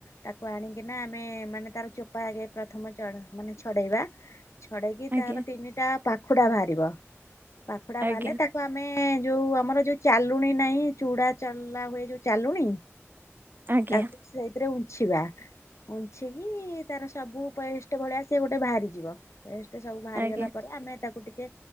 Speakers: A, on the left; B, on the right.
A: ତାକୁ ଆଣିକିନା ଆମେ ମାନେ ତାର ଚୋପା ଆଗେ ପ୍ରଥମ ଚନ୍ ମାନେ ଛଡ଼େଇବା। ଛଡେଇକି
B: ଆଜ୍ଞା
A: ତାର ତିନିଟା ପାଖୁଡା ବାହାରିବ ପାଖୁଡା
B: ଆଜ୍ଞା
A: ବାହାରିଲେ ତା ତାକୁ ଆମେ ଯୋଉ ଆମର ଯୋଉ ଚାଲୁଣି ନାହିଁ ଚୁଡା ଚଲା ହୁଏ ଯୋଉ ଚାଲୁଣି
B: ଆଜ୍ଞା
A: ତାକୁ ସେଇଥିରେ ଉଁଞ୍ଛିବା। ଉଁଞ୍ଛିକି ତାର ସବୁ ପେଷ୍ଟ ଭଳିଆ ସେ ଗୋଟେ ବାହାରିଯିବ। ପେଷ୍ଟ ସବୁ ବାହାରିଗଲା
B: ଆଜ୍ଞା
A: ପରେ ଆମେ ତାକୁ ଟିକେ